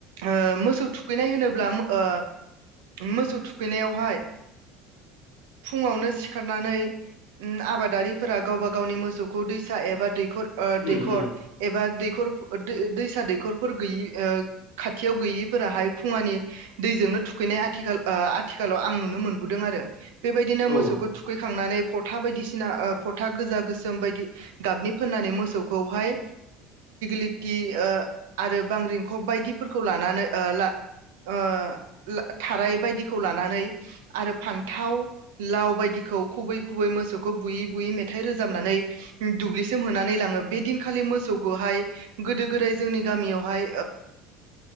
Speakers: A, on the right; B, on the left.
A: ओ मोसौ थुखैनाय होनोब्ला ओ मोसौ थुखैनायावहाय फुङावनो सिखारनानै आबादारिफोरा गावबा गावनि मोसौखौ दैसा एबा दैखर
B: उम
A: दैखर
B: उम
A: एबा दै दैसा दैखफोर गोयि ओ खाथियाव गोयिफोराहाय खुंङानि दै <unintelligible> ओ आथिखालाव आं नुनोमोनबोदों आरो बेबायदिनो
B: औ
A: मोसौखौ थुखैखांनानै था बायदिसिना फथा गोजा गोसोम बायदि गाबनि फोननानै मोसौखौहाय लि आरो बां रिंखब बायदिफोरखौ लानानै ओ <unintelligible> थाराय बायदिखौ लानानै आरो फान्थाव लाव बायदिखौ खुबै खुबै मोसौखौ बुयै बुयै मेथाइ रोजाबनानै दुब्लिसिम होनानै लाङो बे दिनखालि मोसौखौहाय गोदो गोदाय जोंनि गामियावहाय